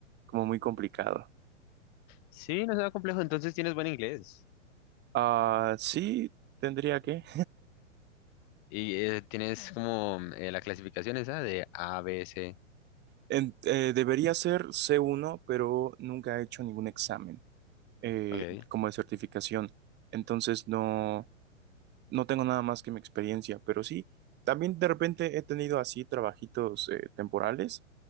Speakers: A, on the right (about 25°); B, on the left (about 40°).
A: como muy complicado.
B: Sí, no será complejo, entonces tienes buen inglés.
A: Ah, sí, tendría que.
B: Y eh, tienes como eh, la clasificación esa de A, B, C.
A: En- eh, debería ser C1, pero nunca he hecho ningún examen eh,
B: Ok.
A: como de certificación. Entonces no, no tengo nada más que mi experiencia, pero sí, también de repente he tenido así trabajitos eh, temporales,